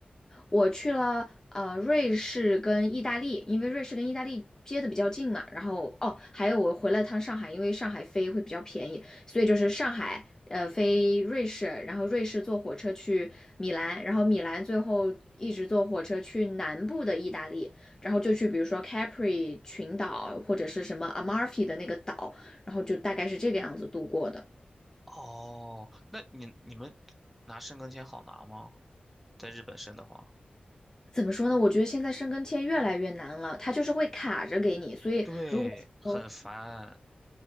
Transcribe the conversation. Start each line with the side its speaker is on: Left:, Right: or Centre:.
Left: 我去了呃瑞士跟意大利，因为瑞士跟意大利接的比较近嘛。然后哦，还有我回了趟上海，因为上海飞会比较便宜，所以就是上海呃飞瑞士，然后瑞士坐火车去米兰，然后米兰最后一直坐火车去南部的意大利，然后就去比如说 Capri 群岛或者是什么 Amalfi 的那个岛，然后就大概是这个样子度过的。
Centre: 哦，那你你们拿申根签好拿吗？在日本申的话，
Left: 怎么说呢？我觉得现在申根签越来越难了，它就是会卡着给你，所以如果说
Centre: 对，很烦。